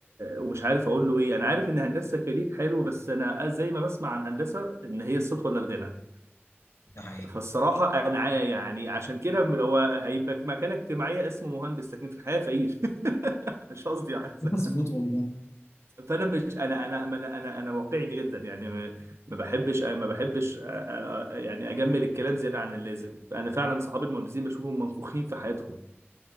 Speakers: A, on the right; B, on the left.
A: ومش عارف اقول له ايه انا عارف ان هندسه كارير حلو بس انا زي ما بسمع عن هندسه ان هي السطوه ولا الغنى
B: ده حقيقي
A: فالصراحة أنا ع- يعني عشان كده هو هيبقى مكانة اجتماعية اسمه مهندس لكن في الحقيقة فقير <laughs> مش قصدي يعني ف-
B: <laughs> مظبوط والله
A: فأنا مش أنا أنا أنا أنا أنا واقعي جدا يعني ما ما بحبش ما بحبش أ- أ- أ- يعني أجمل الكلام زيادة عن اللازم أنا فعلا صحابي المهندسين بشوفهم منفوخين في حياتهم